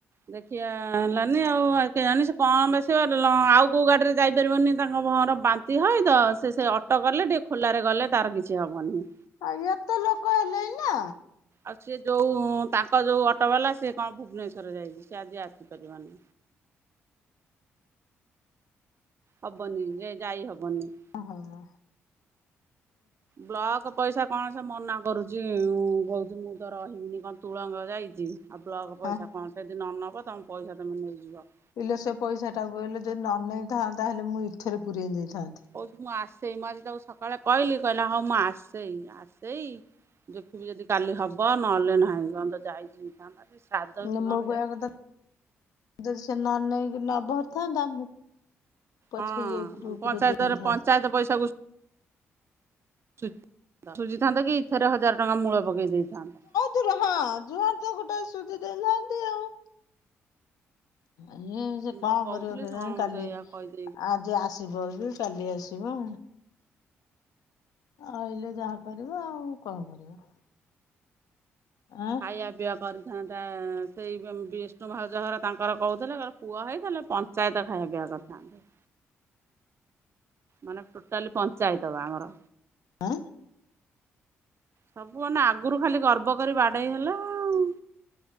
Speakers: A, on the right; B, on the left.
A: ଦେଖିଆ ହେଲାନି ଆଉ ଆ କେ ଜାଣି ସେ କଣ ବେସିବ ଲ ଆଉ କେଉ ଗାଡ଼ିରେ ଯାଇପାରିବନି ତାଙ୍କ ଭଅଁର ବାନ୍ତି ହଅଇ ତ ସେ ସେ ଅ ଟ କଲେ ଟିକେ ଖୋଲାରେ ଗଲେ ତାର କିଛି ହବନି।
B: ଆଉ ଏତେ ଲୋକ ହେଲେଇଁ ନା
A: ଆଉ ସେ ଯୋଉ ତାଙ୍କ ଯୋଉ ଅଟୋ ବାଲା ସେ କଣ ଭୁବନେଶ୍ଵର ଯାଇଛି ସେ ଆଜି ଆସିପାରିବନି। ହବନି ଯେ ଯାଇ ହବନି।
B: ହଁ।
A: ବ୍ଲକ ପଇସା କଣ ସେ ମନା କରୁଛି। ଉଁ କହୁଛି ମୁଁ ତ ରହିବିନି କଣ ତୁଳଙ୍ଗ ଯାଇଛି ଆଉ ବ୍ଲକ
B: ହଁ।
A: ପଇସା କଣ ଯେଦି ନ ନବ ତମ ପଇସା ତମେ ନେଇଯିବ।
B: ଇଲେଓ ସେ ପଇସା ଟାକୁ ହେଲେ ଯଦି ନ ନେଇେଥାନ୍ତା ହେଲେ ମୁଁ ଇଥେରେ ପୁରେଇ ଦେଇଥାନ୍ତି।
A: କହୁଚି ମୁଁ ଆସେଇ ମୁଁ ଆଜି ତାକୁ ସକାଳେ କହିଲି କହିଲା ହଁ ମୁଁ ଆସେଇ ଆସେଇ ଦେଖିବି ଯଦି କାଲି ହବ ନହେଲେ ନାହିଁ କଣ ତ ଯାଇଛି <unintelligible> କି
B: ନା
A: କଣ
B: ମୋ କହିବା
A: ଯାଇଛି।
B: କଥା ଯଦି ସେ ନ ନେଇକି ନବାର ଥାନ୍ତା ମୁଁ ପଛେ
A: ହଁ
B: ଇଏ ଗ୍ରୁପରେ
A: ପଞ୍ଚାୟତରେ
B: ଦେଇନଥାନ୍ତି
A: ପଞ୍ଚାୟତ ପଇସାକୁ ସୁଝିଥାନ୍ତ କି ଇଥେରେ ହଜାର ଟଙ୍କା ମୂଳ ପକେଇ ଦେଇଥାନ୍ତ।
B: ତୁରହଁ ଜୁଆଡେ ତ ଗୋଟେ ସୁଝି ଦେଇଥାଆନ୍ତି ଆଉ। ଆଏ ସେ
A: ତ
B: କଣ
A: କହୁଥିଲି
B: କରିବ କେଜାଣି
A: ସେ କଣ
B: କାଲି
A: ମତେ ଏଇଆ କହିଦେଇକି
B: ଆଜି ଆସ ଯିବ କି କାଲି ଆସିବ। ଆଇଲେ ଯାହା କରିବ ଆଉ କଣ କରିବ? ଆଁ
A: ଖାଇବା ପିିବା କରିଥାନ୍ତା ସେଇ ବିଷ୍ଣୁ ଭାଉଜ ଘର ତାଙ୍କର କହୁଥିଲେର ପୁଅ ହେଇ ଥିଲେ ପଞ୍ଚାୟତ ଖାଇବା ପିଇବା କରି ା ମାନେ ଟୋଟାଲି ପଞ୍ଚାୟତ ବା ଆମର
B: ଆଁ
A: ସବୁମାନେ ଆଗରୁ ଖାଲି ଗର୍ବ କରି ବାଡେଇଇ ହେଲା ଆଉ